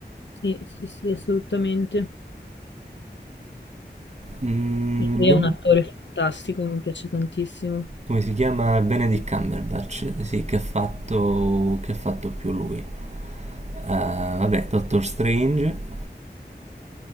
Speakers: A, on the left (about 85°); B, on the right (about 40°).
A: Sì, sì, sì, assolutamente.
B: Mm,
A: Lui
B: non-
A: è un attore fantastico, mi piace tantissimo.
B: come si chiama? Benedict Cumberbatch, sì, che ha fatto, che ha fatto più lui. Eh, vabbè, Doctor Strange.